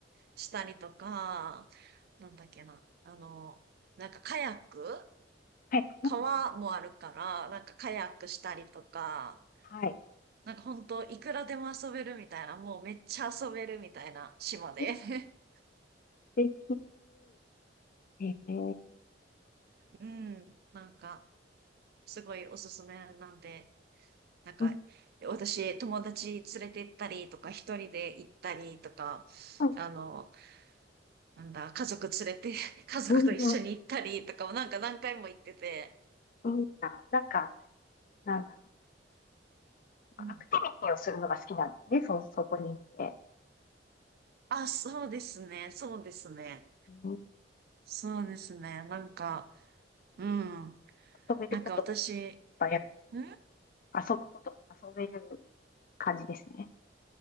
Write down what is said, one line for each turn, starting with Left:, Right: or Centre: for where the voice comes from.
Right: したりとか、なんだっけな、あの、なんかカヤック
Left: はい。うん。
Right: 川もあるから、なんかカヤックしたりとか、
Left: はい。
Right: なんか本当いくらでも遊べるみたいな、もうめっちゃ遊べるみたいな島で。
Left: 金素
Right: <laughs>
Left: 敵。ええー
Right: うん、なんか、すごいおすすめなんで、なんか、
Left: うん
Right: 私、友達連れて行ったりとか、一人で行ったりとか、
Left: うん。
Right: あの、なんだ、家族連れて、<laughs> 家族と一緒に行ったりとかもなんか何回も行ってて、
Left: 全然いいな。なんか、なんだろう。アクティビティをするのが好きなんですね。
Right: うん
Left: そ、そこに行って。
Right: あ、そうですね。そうですね。
Left: うん
Right: そうですね。なんか、うん。
Left: 遊べることがいっ
Right: なんか私、
Left: ぱいある。
Right: ん
Left: 遊ぶこと、遊べる感じですね。